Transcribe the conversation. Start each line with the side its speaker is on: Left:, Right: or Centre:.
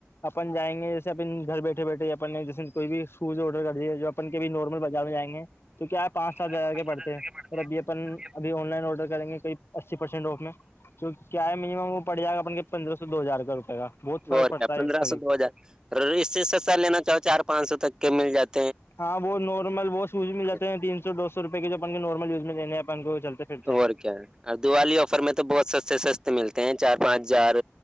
Left: اپن جائیں گے جیسے اپ گھر بیٹھے بیٹھے اپ جیسے کوئی بھی آرڈر کر دی جو اپن کبھی نارمل بازار میں جائ گے تو کیا آپ پانچ سات
Right: ہاں
Left: ہزار کے پڑتے ہیں س ابھی اپن ابھی آن لائن آڈر کریں گے کوئی اسی پرسینٹ رف میں تو کیا ہے منیمم وہ پڑ جائےان کے پندرہ سو دو ہزار روپ کا بہت فرق
Right: اور
Left: پڑتا
Right: کیا
Left: ہے
Right: پندرہ
Left: اس کا بھی
Right: سو دو ہزار اور اس سے سستا لینا چاہو چار پانچ سو تک کے مل جاتا
Left: ہاں ب نارمل ب سوز مل
Right: ہیں
Left: تین سو دو سو روپئے کے جو اپ ان کو نارمل یوز لینے ہیں اپ ان کو وہ چلتے پھرتے
Right: اور
Left: ہیں
Right: کیا اور دیوالی آفر میں تو بہت سستے سستے ملتے ہیں چار پانچ ہزار